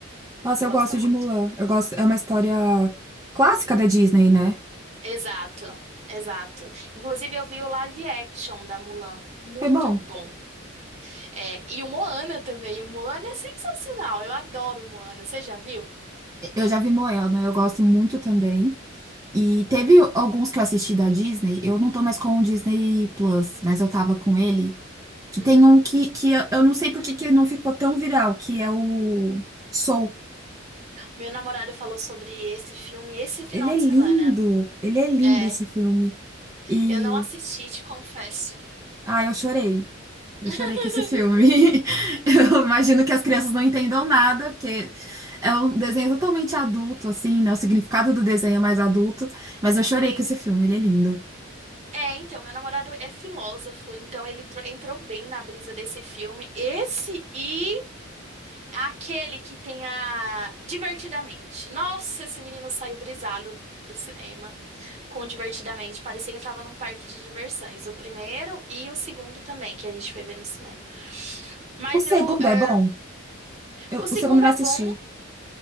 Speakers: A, on the right; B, on the right.
A: Nossa,
B: Gosto
A: eu gosto
B: muito.
A: de Mulan. Eu gosto, é uma história clássica da Disney, né?
B: Exato, exato. Inclusive, eu vi o live action da Mulan. Muito
A: Foi bom.
B: bom. É, e o Moana também. O Moana é sensacional. Eu adoro o Moana. Você já viu?
A: Eu já vi Moana, eu gosto muito também. E teve
B: Aham.
A: alguns que eu assisti da Disney, eu não tô mais com o Disney Plus, mas eu tava com ele, que
B: Uhum.
A: tem um que, que eu eu não sei por que que não ficou tão viral, que é o Soul.
B: Meu namorado falou sobre esse filme esse final
A: Ele é
B: de
A: lindo,
B: semana.
A: ele é lindo
B: É,
A: esse filme. E,
B: eu não assisti, te confesso.
A: ah, eu chorei, eu chorei
B: <laughs>
A: com esse filme. <laughs> Eu imagino que as crianças não entendam nada, porque é um desenho totalmente adulto, assim, né? O significado do desenho é mais adulto, mas eu chorei
B: Sim.
A: com esse filme, ele é lindo.
B: É, então, meu namorado é filósofo, então ele tro- entrou bem na brisa desse filme. Esse e aquele que tem a Divertidamente. Nossa, esse menino saiu brisado do cinema com Divertidamente. Parecia que ele tava num parque de diversões. O primeiro e o segundo também, que a gente foi ver no cinema. Mas
A: O segundo
B: eu, é,
A: é bom? Eu-
B: o segundo
A: o segundo eu não
B: é
A: assisti.
B: bom,